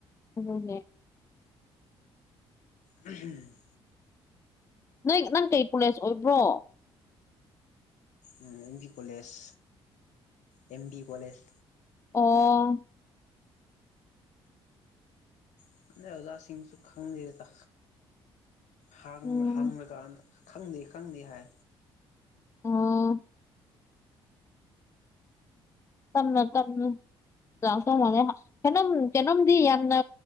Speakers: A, on the left; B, on the left.
A: ꯑꯗꯨꯒꯤ
B: ꯎꯝ ꯍꯝ
A: ꯅꯣꯏ ꯅꯪ ꯀꯩ ꯀꯣꯂꯦꯖ ꯑꯣꯏꯕ꯭ꯔꯣ
B: ꯎꯝ M P college M B college
A: ꯑꯣ
B: <unintelligible> ꯑꯦꯖꯥꯁꯤꯡꯁꯨ ꯈꯪꯗꯦꯗ ꯍꯪ
A: ꯎꯝ
B: ꯍꯪꯔꯀꯥꯟꯗ ꯈꯪꯗꯦ ꯈꯪꯗꯦ ꯍꯥꯏ
A: ꯑꯣ ꯇꯞꯅꯨ ꯇꯞꯅꯨ ꯀꯥꯜꯁꯅꯋꯥꯡꯉꯦ ꯍꯥ ꯀꯩꯅꯣꯝ ꯀꯩꯅꯣꯝꯗꯤ ꯌꯥꯝꯅ